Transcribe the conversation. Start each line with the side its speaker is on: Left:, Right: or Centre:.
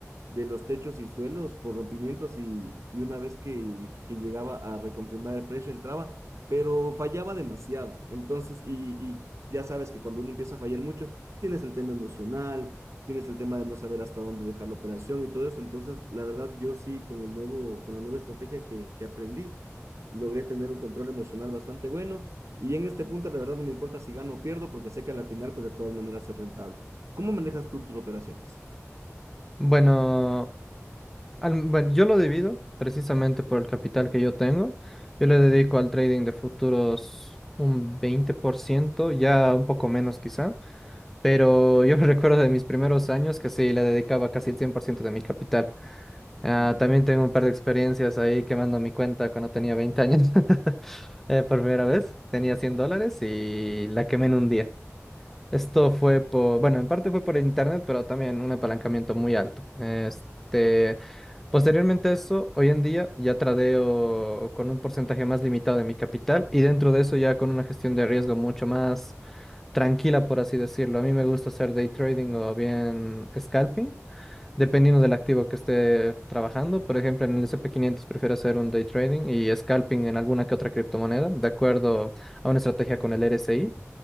Right: de los techos y suelos por rompimientos y, y una vez que, que llegaba a reconfirmar el precio, entraba pero fallaba demasiado. Entonces, y, y ya sabes que cuando uno empieza a fallar mucho, tienes el tema emocional, tienes el tema de no saber hasta dónde dejar la operación y todo eso. Entonces, la verdad, yo sí, con el nuevo, con la nueva estrategia que, que aprendí, logré tener un control emocional bastante bueno. Y en este punto, la verdad, no me importa si gano o pierdo, porque sé que a la final, pues de todas maneras es rentable. ¿Cómo manejas tú tus operaciones?
Centre: Bueno. Al- bueno, yo lo divido precisamente por el capital que yo tengo. Yo le dedico al trading de futuros un veinte por ciento ya un poco menos quizá, pero yo <laughs> recuerdo de mis primeros años que sí, le dedicaba casi el 100% de mi capital. Ah,
Right: ¿Ya?
Centre: también tengo un par de experiencias ahí quemando mi cuenta cuando tenía 20 años. <laughs> Eh, por primera vez tenía 100 dólares y la quemé en un día. Esto fue por, bueno, en parte fue por internet, pero también un apalancamiento muy alto. Este, posteriormente a eso, hoy en día ya tradeo con un porcentaje más limitado de mi capital y dentro de eso ya con una gestión de riesgo mucho más tranquila, por así decirlo. A mí me gusta hacer day trading o bien scalping, dependiendo del activo que esté trabajando. Por ejemplo, en el S and P quinientos prefiero hacer un day trading y scalping en alguna que otra criptomoneda, de acuerdo a una estrategia con el RSI